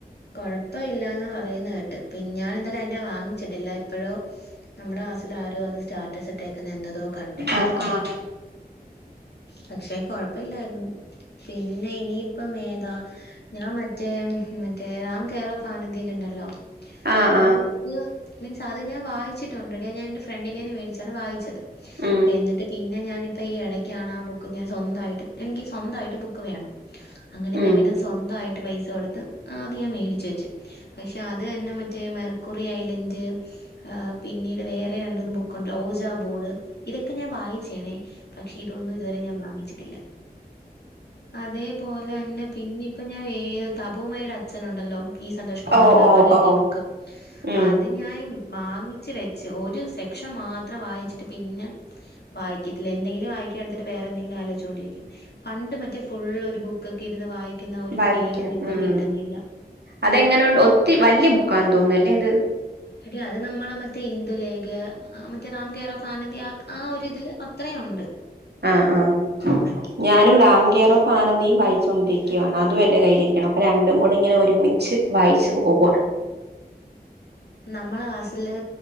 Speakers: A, on the left (about 80°); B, on the right (about 80°).
A: കൊഴപ്പല്ല്യന്ന് പറയുന്ന കേട്ട് പിന്നെ ഞാൻ എന്തായാലും അതിന്റെ വാങ്ങിച്ചിട്ടില്ല. എപ്പോഴോ നമ്മുടെ കാസ്സിൽ ആരോ അത് സ്റ്റാറ്റസ് ഇട്ടേക്കുന്ന എന്തതോ കണ്ട്.
B: ആഹ് ആഹ്
A: പക്ഷെ കൊഴപ്പല്ലായിരുന്നു പിന്നെ ഇനിയിപ്പം ഏതാ ഞാ മറ്റേ മറ്റേ റാംമ്കേറാ ഫ് ആനന്തി ന്ന് ണ്ടല്ലോ
B: ആഹ്
A: ആ
B: ആഹ്
A: ബു. ത് മീൻസ് അത് ഞാൻ വായിച്ചിട്ടുണ്ടെടീ. ഞാനെന്റെ ഫ്രണ്ടിന്റേന്ന് മേടിച്ചാണ് വായിച്ചത്.
B: ഉം
A: അപ്പ എന്നിട്ട് പിന്നെ ഞാനിപ്പ ഈ എടയ്ക്കാണ് ആ ബുക്ക് ഞാൻ സ്വന്തായിട്ട് എനിക്ക് സ്വന്തായ് യ്ട്ട് ബുക്ക് വേണം അങ്ങനെ ഞാൻ
B: ഉം
A: പിന്നെ സ്വന്തായിട്ട് പൈസ കൊടുത്ത് അത് ഞാൻ മേടിച്ച് വെച്ച്. പയിക്ഷ അത് തന്നെ മറ്റേ മെർക്കുറി ഐലൻഡ്. ആ പിന്നീട് വേറെ രണ്ടൂന്ന് ബുക്കുണ്ട് ഓജ ബോർഡ് ഇതൊക്കെ ഞാൻ വായി. ച്ചേണേ പക്ഷെ ഇതൊന്നും ഇതുവരെ ഞാൻ വാങ്ങിച്ചിട്ടില്ല. അതേപോലെ ന്നെ പിന്നെ ഇപ്പ ഞാൻ ഏത് തബൂമയുടെ അച്ഛനുണ്ടല്ലോ. ഇ സന്തോഷ് കുമാറിന്റെ
B: ഓഹ്
A: അവാർഡ്
B: ഓഹ്
A: കിട്ടിയ
B: ഓഹ്
A: ബുക്ക്.
B: ഉം
A: അത് ഞൻ വാങ്ങിച്ച് വെച്ച് ഒരു സെക്ഷൻ മാത്രം വായിച്ചിട്ട് പിന്നെ. വായിക്കത്തില്ല എന്തെങ്കിലും വായിക്കാ എട്ത്തിട്ട് വേറെ എന്തെങ്കിലും ആലോചിച്ചുകൊണ്ടിരിക്കും. പണ്ട് മറ്റേ. ഫുൾ ഒരു ബുക്കൊക്കെ ഇരുന്ന് വായിക്കുന്ന ആ ഒരു
B: വായിക്കാം
A: ഫീലൊന്നും ഇപ്പൊ
B: ഉം
A: കിട്ടുന്നില്ല.
B: അതെങ്ങനെ ഉണ്ട് ഒത്തി വലിയ ബുക്കാന്ന് തോന്നുന്നു അല്ലേ അത്.
A: എടി അത് നമ്മളെ മറ്റേ ഹിന്ദുലേഗ മറ്റേ റാം കേെയർ ഓഫ് ആനന്ദി ആ. ആ ഒരിതില് അത്രയുംണ്ട്.
B: ആഹ്ആഹ്. ഞാനും റാം കെയറോഫ് ആനന്ദിയും വായിച്ചുൊണ്ടിരിക്കുകയാണ് അതും എന്റെ കയ്യിലിരിക്ക്ണ്. അപ്പൊ രണ്ടും കൂടെ ഇങ്ങനെ ഒരുമിച്ച്. വായിച്ചു പോകുവാ
A: നമ്മളെ ക്ലാസില്